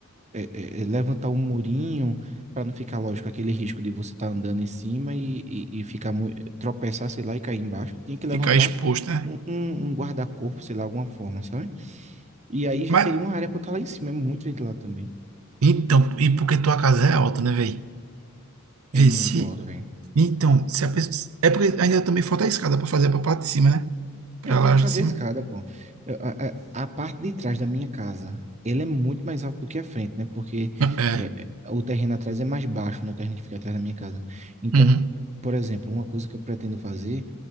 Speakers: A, on the right; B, on the right.
A: é, é, é, levantar um murinho para não ficar, lógico, aquele risco de você estar andando em cima e, e, e ficar mu- tropeçar, sei lá, e cair embaixo. Tinha que levantar
B: ficar exposto, né?
A: um, um- um guarda-corpo, sei lá, alguma forma, sabe? E aí já
B: Mas,
A: seria uma área para estar lá em cima. É muito ventilado também.
B: então, e porque tua casa é alta, né, velho?
A: É
B: Vê
A: muito
B: se.
A: alto, velho.
B: Então, se a pessoa. É porque ainda também falta a escada para fazer para parte de cima, né? Para
A: Eu tenho
B: lá
A: que
B: de
A: fazer
B: cima.
A: a escada, pô. Eu- a, a- a parte de trás da minha casa, ele é muito mais alto do que a frente, né? Porque
B: É.
A: é, é, o terreno atrás é mais baixo, né? O terreno que fica atrás da minha casa. Então,
B: Uhum.
A: por exemplo, uma coisa que eu pretendo fazer